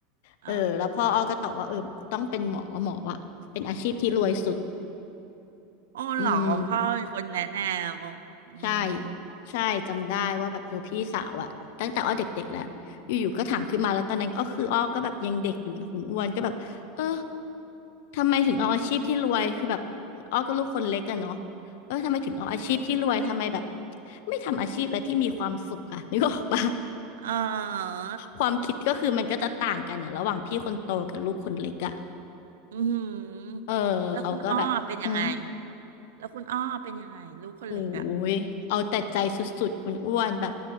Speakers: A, on the right; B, on the left.
A: เออ
B: เออแล้วพ่ออ้อก็ตอบว่าเออต้องเป็นหมอหมออ่ะเป็นอาชีพที่รวยสุด
A: อ๋อเหรอพ่อเป็นคนแนะแนวอืม
B: อืมใช่ใช่จำได้ว่าแบบเออพี่สาวอ่ะตั้งแต่อ้อเด็กๆแล้วอยู่ๆก็ถามขึ้นมาแล้วตอนนั้นก็คืออ้อก็แบบยังเด็กอยู่นะคุณอ้วนก็แบบเออ ทำไมถึงเอาอาชีพที่รวยคือแบบอ้อก็ลูกคนเล็กอะเนาะเออทำไมถึงเอาอาชีพที่รวยทำไมแบบไม่ทำอาชีพอะไรที่มีความสุขอะนึกออกปะ
A: เออ
B: ความคิดก็คือมันก็จะต่างกันอะระหว่างพี่คนโตกับลูกคนเล็กอะ
A: อืมแล้วคุณอ้อเป็นยังไง
B: เออเขาก็แบบหืม
A: แล้วคุณอ้อเป็นยังไงลูกคนเล็กอ่ะ
B: โอ้ยเอาแต่ใจสุดๆคุณอ้วนแบบ